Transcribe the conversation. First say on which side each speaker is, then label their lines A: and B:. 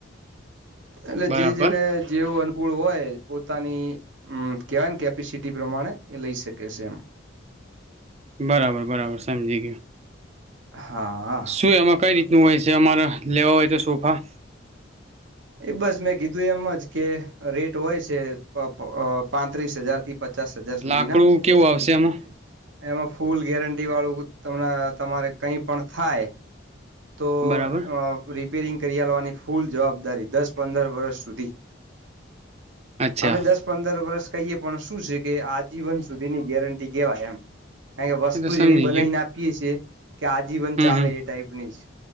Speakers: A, on the right; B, on the right.
A: એટલે
B: બરાબર
A: જે જેને જેવું અનુકૂળ હોય પોતાનીમ કેવાય કેપેસિટી પ્રમાણે એ લઈ શકે છે એમ
B: બરાબર બરાબર સમજી ગયયો
A: હા હા
B: શું એમાં કઈ રીતનું હોય છે અમારે લેવા હોય તો સોફા
A: એ બસ મેં કીધું એમ જ કે રેટ હોય છે પ પાંત્રીસ હજાર થી પચાસ હજાર સુધી
B: લાકડું
A: ના
B: કેવું આવશે એમાં
A: એમાં ફૂલ ગેરંટી વાળું તમને તમારે કઈ પણ થાય તો
B: બરાબર
A: અ રિપેરિંગ કરિયાલવાની ફૂલ જવાબદારી દસ પંદર વર્ષ સુધી
B: અચ્છા
A: અમે દસ પંદર વર્ષ કહીએ પણ શું છે કે આજીવન સુધીની ગેરંટી કેવાય એમ અઈયા વસ્તુ
B: એ તો સમજી
A: જે એવી બનાવીને
B: ગયું
A: આપીએ છીએ કે આજીવન
B: હમ
A: ચાલે
B: હમ
A: એ ટાઈપની